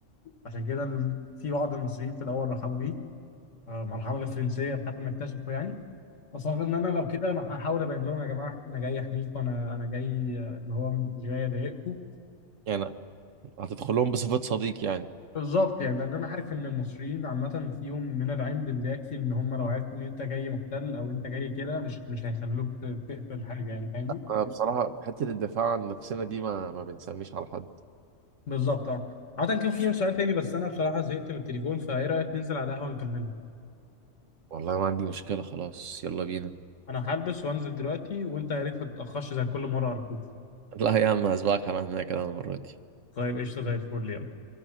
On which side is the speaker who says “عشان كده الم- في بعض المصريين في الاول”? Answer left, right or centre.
Left